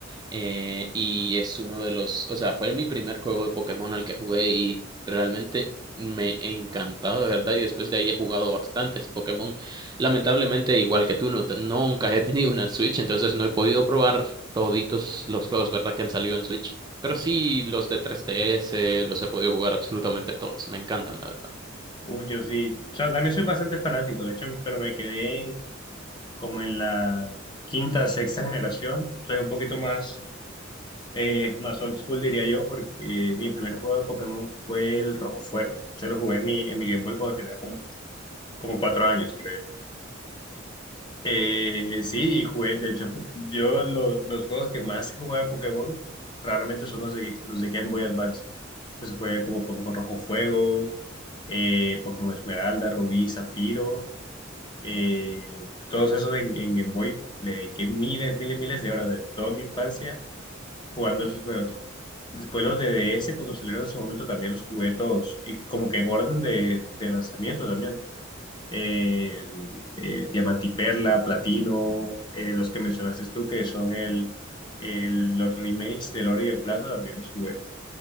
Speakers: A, on the right; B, on the left.
A: eh, y es uno de los, o sea, fue mi primer juego de Pokémon al que jugué y realmente me encantaba, de verdad. Y después de ahí he jugado bastantes Pokémon. Lamentablemente, igual que tú, no, te- nunca he tenido una Switch, entonces no he podido probar toditos los juegos, ¿verdad? Que han salido en Switch. Pero sí, los de 3DS los he podido jugar absolutamente todos. Me encantan, la verdad.
B: Uy, yo sí, o sea, también soy bastante fanático, de hecho, pero me quedé en como en la quinta, sexta generación. Soy un poquito más, eh, más old school, diría yo, porque eh, mi primer juego de Pokémon fue el Rojo Fuego. Se lo jugué en mi, en mi Game Boy cuando tenía como, como cuatro años, creo yo. Eh, sí, y jugué, de hecho, <laughs> yo lo- los juegos que más he jugado de Pokémon raramente son los de, los de Game Boy Advance. Entonces jugué como Pokémon Rojo Fuego, eh, Pokémon Esmeralda, Rubí, Zafiro. Eh, todos esos en, en Game Boy le dediqué miles, miles, miles de horas de toda mi infancia jugando esos juegos. Después los de D S cuando salieron en su momento, también los jugué todos. Y como que en orden de, de lanzamiento también. Eh, el, eh, Diamante y Perla, Platino, eh, los que mencionaste tú, que son el, el- los remakes del Oro y el Plata, también los jugué.